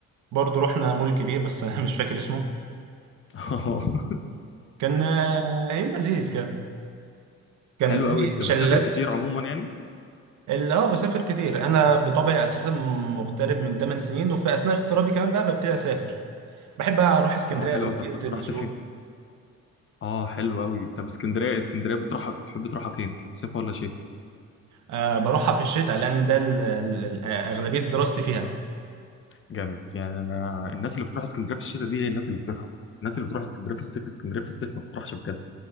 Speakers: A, on the right; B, on the left.
A: برضه رحنا مول كبير بس <laughs> أنا مش فاكر اسمه
B: <laughs>
A: كان آه، يوم لذيذ كده كان
B: حلو
A: في
B: قوي انت
A: شلالات
B: بتسافر كتير عموما يعني
A: اللي اه بسافر كتير انا بطبعي اساسا مغترب من 8 سنين وفي اثناء اغترابي كمان بقى ببتدي اسافر بحب اروح اسكندريه
B: اه حلو
A: اغلبيه
B: قوي طب
A: الشغل
B: رحت فين اه حلو قوي طب اسكندريه اسكندريه بتروحها بتحب تروحها فين صيف ولا شتاء
A: آه بروحها في الشتاء لان ده ال- ال- ال- اغلبيه دراستي فيها
B: جامد يعني انا الناس اللي بتروح اسكندريه في الشتاء دي هي الناس اللي بتفهم الناس اللي بتروح اسكندريه في الصيف اسكندريه في الصيف ما بتروحش بجد